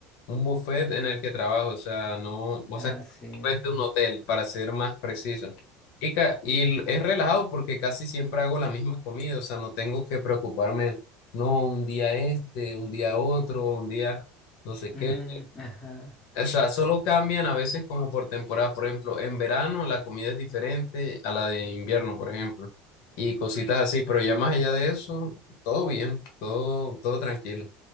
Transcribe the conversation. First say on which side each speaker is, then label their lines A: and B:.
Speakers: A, on the left; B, on the left.
A: un buffet en el que trabajo, o sea, no, o
B: Ah,
A: sea, es un
B: sí.
A: buffet de un hotel, para ser más preciso. Y, ca- y l- es relajado porque casi siempre hago la misma comida, o sea, no tengo que preocuparme, no, un día este, un día otro, un día no sé
B: Mm,
A: qué.
B: ajá.
A: O sea, solo cambian a veces como por temporada, por ejemplo, en verano la comida es diferente a la de invierno, por ejemplo, y cositas así, pero ya más allá de eso, todo bien, todo, todo tranquilo.